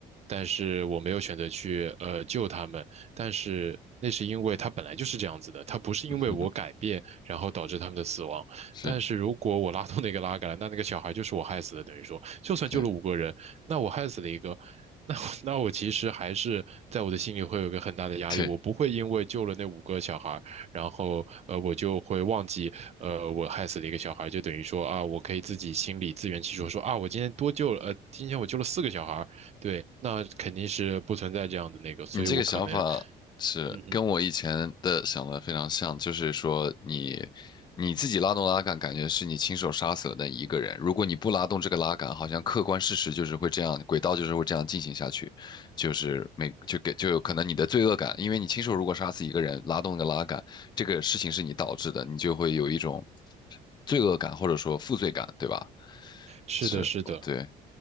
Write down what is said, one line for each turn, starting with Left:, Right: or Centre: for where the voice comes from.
Right: 但是我没有选择去呃救他们，但是那是因为他本来就是这样子的，他不是因为我改变然后导致他们的死亡。
Left: <laughs> 是，
Right: 但是如果我拉动那个拉杆，那那个小孩就是我害死的，等于说，就算救了五个人，
Left: 对
Right: 那我害死了一个。那我那我其实还是在我的心里会有一个很大的压力，
Left: 对，
Right: 我不会因为救了那五个小孩，然后呃我就会忘记呃，我害死了一个小孩，就等于说啊，我可以自己心里自圆其说，
Left: 嗯，
Right: 说啊，我今天多救了，呃，今天我救了四个小孩，对，那肯定是不存在这样的那个，所以我可能，
Left: 你这个想法是跟我以前的想的非常像，
Right: 嗯嗯，
Left: 就是说你你自己拉动拉杆，感觉是你亲手杀死了那一个人。如果你不拉动这个拉杆，好像客观事实就是会这样，轨道就是会这样进行下去，就是每就给就有可能你的罪恶感，因为你亲手如果杀死一个人，拉动的个拉杆，这个事情是你导致的，你就会有一种罪恶感或者说负罪感，对吧？
Right: 是的，
Left: 是，
Right: 是的，
Left: 对。